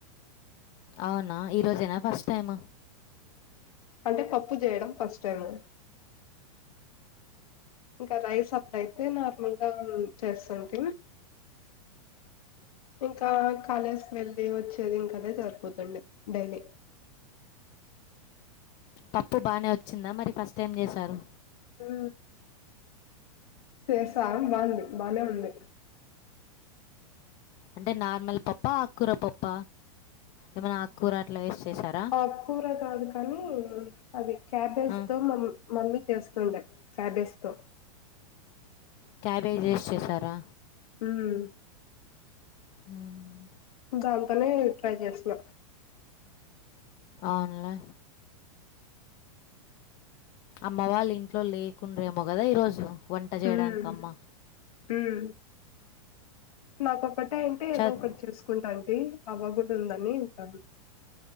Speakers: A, on the left; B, on the left.
A: అవునా ఈ రోజేనా ఫస్ట్ టైమ్
B: అంటే పప్పు చేయడం ఫస్ట్ టైము ఇంకా రైస్ అప్పుడయితే నార్మల్ గా చేస్తుంటీ ఇంకా కాలేజ్ కు వెళ్ళి వచ్చేది ఇంకా అదే సరిపోతుండే డైలీ
A: పప్పు బానే వచ్చిందా మరి ఫస్ట్ టైం చేశారు
B: ఊ చేసా బాగుంది బానే ఉంది
A: అంటే నార్మల్ పప్ప ఆకుకూర పప్ప ఏమన్న ఆకుకూర అట్లా వేసి చేసార
B: ఆకూర కాదు కానీ అది క్యాబేజ్
A: ఆ,
B: తో మం మమ్మీ చేస్తుండే క్యాబేజ్ తో
A: క్యాబేజ్ వేసి చేసారా
B: ఉమ్
A: ఉమ్
B: దాంతోనే ట్రై చేసిన
A: అవునులే అమ్మవాళ్ళు ఇంట్లో లేకుండ్రేమో కదా ఈరోజు వంట జేయడానికమ్మ
B: ఉమ్ ఉమ్ నాకొక్కటే ఉంటే
A: చద్
B: ఏదో ఒకటి చేసుకు కుంటంటీ అవ్వగుడ ఉందని ఇంకా